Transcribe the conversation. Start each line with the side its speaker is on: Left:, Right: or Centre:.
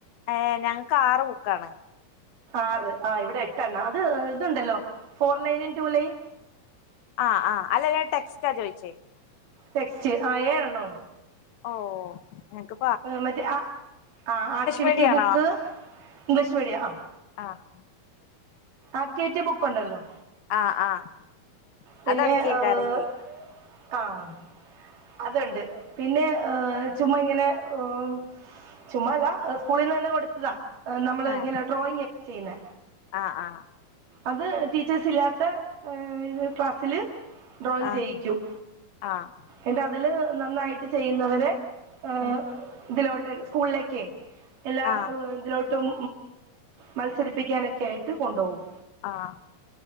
Left: ഏഹ് ഞങ്ങക്ക് ആറ് ബുക്കാണ്
Right: ആറ് ആഹ് ഇവിടെ എട്ടെണ്ണ അത് ഇതുണ്ടല്ലോ ഫോർ ലൈന് ടു ലൈൻ
Left: ആഹ് ആഹ് അല്ല ഞാൻ ടെക്സ്റ്റാ ചോയ്ച്ചേ
Right: ടെക്സ്റ്റ് ആഹ് ഏഴെണ്ണം ഉണ്ട്
Left: ഓഹ് ഞങ്ങക്ക്
Right: ഏഹ് മറ്റേ ആഹ് ആഹ് ആക്ടിവിറ്റി
Left: മീഡിയാണോ
Right: ബുക്ക് ഇംഗ്ലീഷ് മീഡിയം ആഹ്
Left: ആഹ്
Right: ആക്റ്റിവിറ്റി ബുക്കുണ്ടല്ലോ
Left: ആഹ് ആഹ്
Right: പിന്നെ
Left: അതടക്കേക്കാരേ
Right: ഏഹ് ആഹ് അതുണ്ട് പിന്നെ ഏഹ് ചുമ്മാ ഇങ്ങനെ ഏഹ് ചുമ്മാല്ലാ സ്കൂളിൽ നിന്ന് തന്നെ കൊടുത്തതാ നമ്മള്
Left: ആഹ്
Right: ഇങ്ങനെ ഡ്രോയിങ് ഒക്കെ ചെയ്യുന്ന
Left: ആഹ് ആഹ്
Right: അത് ടീച്ചേഴ്സ് ഇല്ലാത്ത ഏഹ് ഇത് ക്ലാസ്സില് ഡ്രോയിങ്
Left: ആഹ്
Right: ചെയ്യിക്കും
Left: ആഹ്
Right: എന്നിട്ട് അതില് നന്നായിട്ട് ചെയ്യുന്നവരെ ഏഹ്
Left: ഉം
Right: ഇതിലോട്ട് സ്കൂളിലേക്കെ എല്ലാ
Left: ആഹ്
Right: ഏഹ് ഇതിലോട്ട് ട്ടും മത്സരിപ്പിക്കാനൊക്കെ ആയിട്ട് കൊണ്ടോകും
Left: ആഹ്